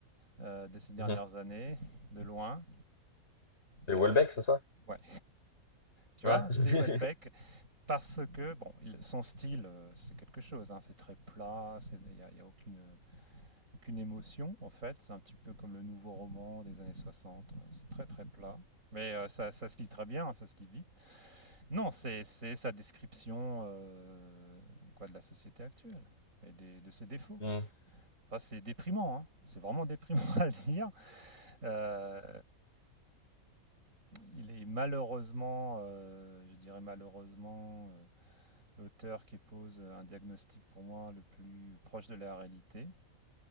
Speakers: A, on the right; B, on the left.
A: euh, de ces dernières
B: Mhm.
A: années, de loin.
B: C'est
A: Euh,
B: Welbeck, c'est ça?
A: ouais, tu
B: Ouais.
A: vois,
B: <laughs>
A: c'est Houellebecq parce que bon, il- son style, euh, c'est quelque chose. hein, c'est très plat, c'est- il n'y a, il y a aucune, aucune émotion en fait. C'est un petit peu comme le nouveau roman des années 60. euh, C'est très très plat. Mais euh, ça, ça se lit très bien, hein, ça se lit vite. Non, c'est c'est sa description euh, quoi, de la société actuelle et des- de ses défauts.
B: Mhm.
A: Enfin, c'est déprimant, hein. c'est vraiment déprimant <laughs> à lire. Euh, il est malheureusement, euh, je dirais malheureusement, euh, l'auteur qui pose un diagnostic pour moi le plus proche de la réalité.